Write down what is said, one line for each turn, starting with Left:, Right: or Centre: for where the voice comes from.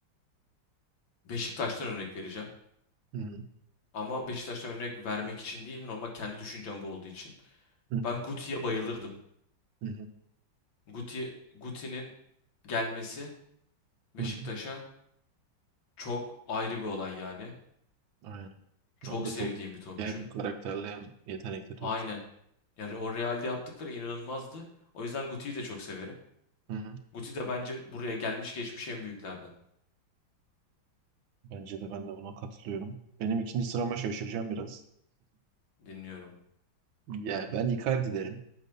Left: Beşiktaş'tan örnek vereceğim.
Right: Hı hı.
Left: Ama Beşiktaş'tan örnek vermek için değil normal kendi düşüncem bu olduğu için.
Right: Hı hı.
Left: Ben Guti'ye bayılırdım.
Right: Hı hı.
Left: Guti, Guti'nin gelmesi Beşiktaş'a
Right: Hı hı.
Left: çok ayrı bir olay yani.
Right: Aynen.
Left: Çok
Right: Ya o da
Left: sevdiğim
Right: çok
Left: bir topçu.
Right: hem karakterli hem yetenekli topçu.
Left: Aynen. Yani o Real'de yaptıkları inanılmazdı. O yüzden Guti'yi de çok severim.
Right: Hı hı.
Left: Guti de bence buraya gelmiş geçmiş en büyüklerden.
Right: Bence de ben de buna katılıyorum. Benim ikinci sırama şaşıracağım biraz.
Left: Dinliyorum.
Right: Ya ben Icardi derim